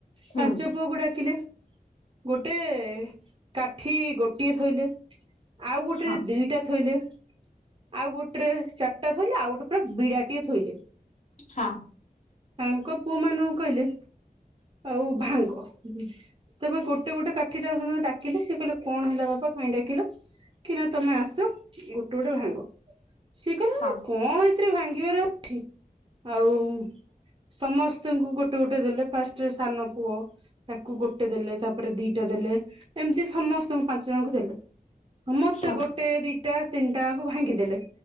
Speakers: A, on the left; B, on the right.
A: ହୁଁ
B: ପାଞ୍ଚ ପୁଅଙ୍କୁ ଡାକିଲେ। ଗୋଟେ କାଠି ଗୋଟିଏ ଥୋଇଲେ ଆଉ ଗୋଟେରେ
A: ହଁ
B: ଦିଇଟା ଥୋଇଲେ ଆଉ ଗୋଟେରେ ଚାରିଟା ଥୋଇଲେ ଆଉ ଗୋଟେ ପୁରା ବିଡ଼ା ଟିଏ ଥୋଇଲେ।
A: ହଁ।
B: ତାଙ୍କ ପୁଅ ମାନଙ୍କୁ କହିଲେ ଆଉ ଭାଙ୍ଗ। ହୁ ହୁ ତେବେ ଗୋଟେ ଗୋଟେ କାଠି ଟାକୁ <unintelligible> ଡାକିଲେ ସିଏ କହିଲେ କଣ ହେଲା ବାପା କାଇଁ ଡାକିଲ କି ନା ତମେ ଆସ ଗୋଟେ ଗୋଟେ ଭାଙ୍ଗ ସିଏ କହିଲେ
A: ହଁ
B: ନାଁ କଣ ଏଥିରେ ଭାଙ୍ଗିବାର ଅଛି ଆଉ ସମସ୍ତଙ୍କୁ ଗୋଟେ ଗୋଟେ ଗୋଟେ ଦେଲେ ଫାଷ୍ଟ ସାନ ପୁଅ ତାକୁ ଗୋଟେ ଦେଲେ ତାପରେ ଦିଇଟା ଦେଲେ ଏମିତି ସମସ୍ତଙ୍କୁ ପାଞ୍ଚ ଜଣଙ୍କୁ ଦେଲେ। ସମସ୍ତେ
A: ହଁ
B: ଗୋଟେ ଦିଇଟା ତିନିଟା ଯାକୁ ଭାଙ୍ଗିଦେଲେ